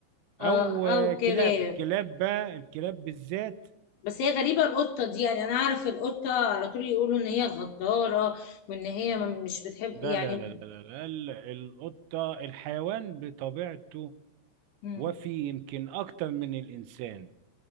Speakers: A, on the right; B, on the left.
A: او
B: اه
A: آه،
B: او
A: كلاب
B: كلاب
A: الكلاب بقى الكلاب بالذات
B: بس هي غريبه القطه دي يعني انا اعرف القطه على طول يقولوا ان هي غداره وان هي م- مش بتحب
A: ده
B: يعني
A: لا لا لا لا لا ال- القطة الحيوان بطبيعته
B: مم.
A: وفي يمكن اكتر من الانسان